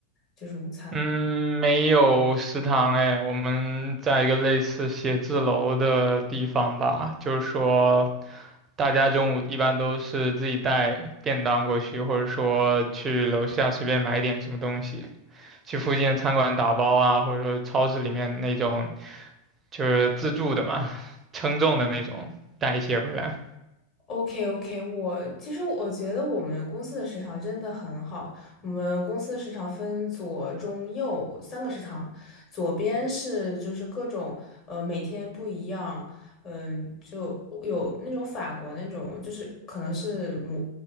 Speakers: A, on the left; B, on the right.
A: 就是午餐。
B: 嗯，没有食堂哎，我们在一个类似写字楼的地方吧，就是说，大家中午一般都是自己带便当过去，或者说去楼下随便买点什么东西，去附近的餐馆打包啊，或者说超市里面那种就是自助的嘛，称重的那种，带一些回来。
A: OK OK，我其实我觉得我们公司的食堂真的很好。我们公司的食堂分左、中、右三个食堂，左边是就是各种呃每天不一样，嗯、就有那种法国那种，就是可能是摩